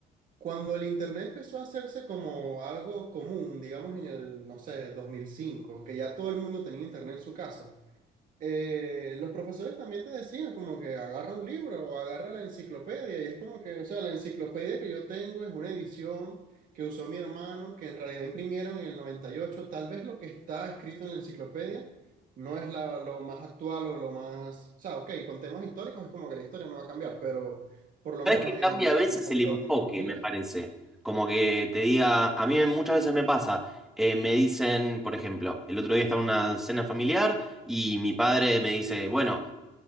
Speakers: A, on the right; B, in the centre.
A: Cuando el Internet empezó a hacerse como algo común, digamos en el, no sé, 2005 que ya todo el mundo tenía Internet en su casa, eh, los profesores también te decían como que agarra un libro o agarra la enciclopedia y es como que, o sea, la enciclopedia que yo tengo es una edición que usó mi hermano, que en realidad imprimieron en el noventa y ocho Tal vez lo que está escrito en la enciclopedia no es la- lo más actual o lo más, o sea, ok, con temas históricos es como que la historia no va a cambiar, pero por lo
B: Sabes
A: menos
B: que cambia
A: en,
B: a veces
A: en cuanto
B: el enfoque,
A: a tecnología.
B: me parece. Como que te diga, a mí muchas veces me pasa, eh, me dicen, por ejemplo, el otro día estaba en una cena familiar y mi padre me dice, bueno,